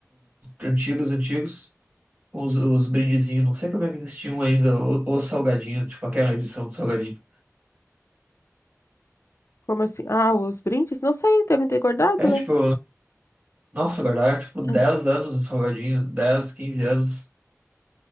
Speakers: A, on the right (about 30°); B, on the left (about 55°).
A: antigos, antigos, com os, os brindezinhos. Não sei como é que eles tinham ainda o- os salgadinhos, tipo aquela edição do salgadinho.
B: como assim? Ah, os brindes? Não sei, devem ter guardado,
A: É
B: né?
A: tipo, nossa, guardaram tipo
B: <clears throat>
A: 10 anos o salgadinho, 10 15 anos.